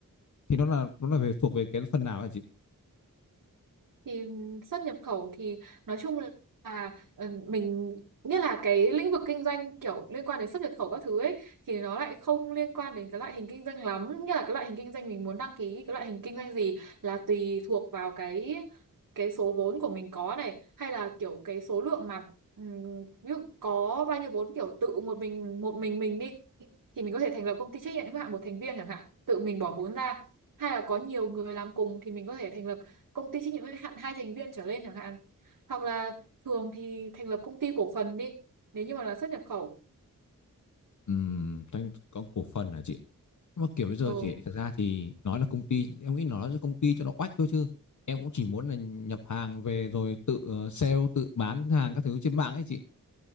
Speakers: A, on the left; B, on the right.
A: thì nó là nó là về thuộc về cái phần nào hả chị
B: thì xuất nhập khẩu thì nói chung là ờ, mình nghĩa là cái lĩnh vực kinh doanh kiểu liên quan đến xuất nhập khẩu các thứ ấy thì nó lại không liên quan đến cái loại hình kinh doanh lắm nghĩa là cái loại hình kinh doanh mình muốn đăng ký cái loại hình kinh doanh gì là tùy thuộc vào cái cái số vốn của mình có này hay là kiểu cái số lượng mà ừm, ví dụ có bao nhiêu vốn kiểu tự một mình một mình mình đi thì mình có thể thành lập công ty trách nhiệm hữu hạn một thành viên chẳng hạn tự mình bỏ vốn ra hay là có nhiều người làm cùng thì mình có thể thành lập công ty trách nhiệm hữu hạn hai thành viên trở lên chẳng hạn hoặc là thường thì thành lập công ty cổ phần đi nếu như mà là xuất nhập khẩu
A: Ừm, tranh có cổ phần hả chị nhưng mà kiểu bây giờ
B: ừ.
A: chị thực ra thì nói là công ty em nghĩ nói là công ty cho nó oách thôi chứ em cũng chỉ muốn là nhập hàng về rồi tự ờ, sale tự bán hàng các thứ trên mạng ấy chị